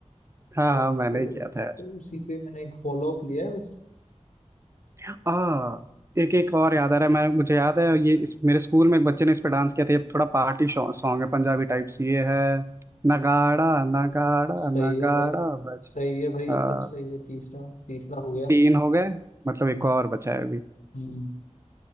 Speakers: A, on the right (about 25°); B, on the left (about 85°).
A: हाँ
B: तो,
A: हाँ मैंने
B: तो,
A: ही किया था यार
B: तो उसी पे मैंने एक फॉलो अप लिया है बस
A: आ, एक एक और याद आ रहा है मैं मुझे याद है ये इस, मेरे स्कूल में एक बच्चे ने इस पे डांस किया था ये थोड़ा पार्टी सॉन्ग है पंजाबी टाइप्स ये है नगाड़ा नगाड़ा
B: सही
A: नगाड़ा
B: है भाई
A: बज
B: सही है भाई
A: आ,
B: एकदम सही है तीसरा तीसरा हो गया
A: तीन हो गए मतलब
B: हम्म
A: एक और बचा है अभी
B: हम्म